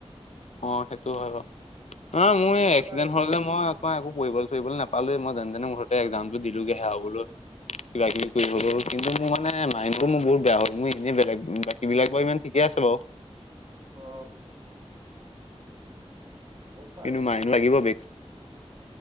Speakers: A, on the left; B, on the right.
A: অ, সেইটো হয় বাৰু। অ', মোৰ
B: ভাগৰ
A: এই এক্সিডেণ্ট
B: এইবাৰ
A: হ'ল লে, মই তোমাৰ একো পৰিয়াললৈ ফুৰিবলৈ নাপালোঁৱে। মই যেনে যেনে মোৰ ঘৰ, একজামতটো
B: উম
A: দিলোঁ লগে, চে' হ'ব। কিবা কিবি কৰি হ'লো। কিন্তু মোৰ মানে মাইণ্ডো বহুত বেয়া হ'ল। মোৰ এনেই বেলেগ বাকীবিলাক বাৰু ইমান ঠিকে আছে বাও।
B: অ, গম পাই
A: কিন্তু
B: আছিলো
A: মাইন
B: বাও।
A: লাগিব বেগ